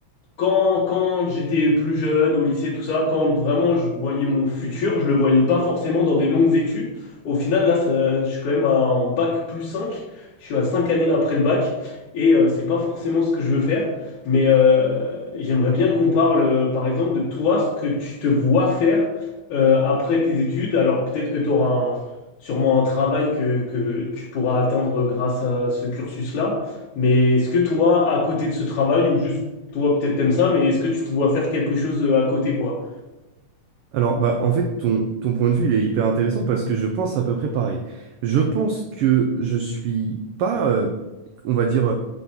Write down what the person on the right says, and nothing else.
Alors, bah, en fait, ton, ton point de vue, il est hyper intéressant parce que je pense à peu près pareil. Je pense que je suis pas, euh, on va dire,